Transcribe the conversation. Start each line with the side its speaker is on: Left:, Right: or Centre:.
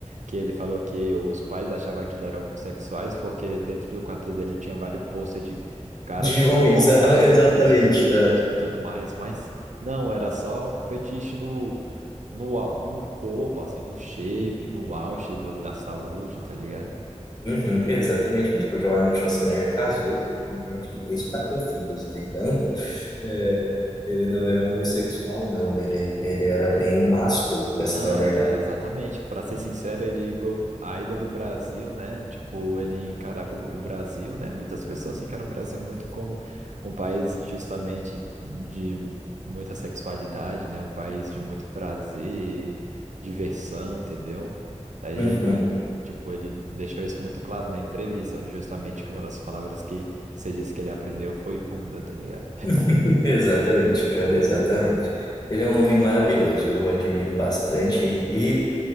Right: que ele falou que os pais achavam que ele era homossexuais, porque dentro do quarto dele tinha vários posters de cara,
Left: De
Right: tipo,
Left: homens,
Right: fortão,
Left: aham, exatamente.
Right: do fisiculturismo e tudo mais, mas não, era só um fetiche no, no, au- no corpo, assim, no shape, no auge do, da saúde, tá ligado?
Left: Uhum, exatamente mesmo, porque o Arnold Schwarzenegger casou-se com acho que três, quatro filhos, né? Então, <laughs> é, ele não era homossexual, não, ele, ele era
Right: Sim,
Left: bem
Right: sim.
Left: másculo, essa
Right: Não,
Left: que é a verdade.
Right: é exatamente. Para ser sincero, ele go- a ida do Brasil, né? Tipo, ele encarava o Brasil, né? Muitas pessoas encaram o Brasil muito como um país justamente de muita sexualidade, né? Um país de muito prazer, diversão, entendeu? Daí
Left: Uhum,
Right: ele, tipo, ele deixou isso muito claro na entrevista, justamente que uma das palavras que você disse que ele aprendeu foi bunda, tá ligado?
Left: <laughs> Exatamente, cara, exatamente.
Right: Uhum.
Left: Ele é um homem maravilhoso, eu o admiro bastante e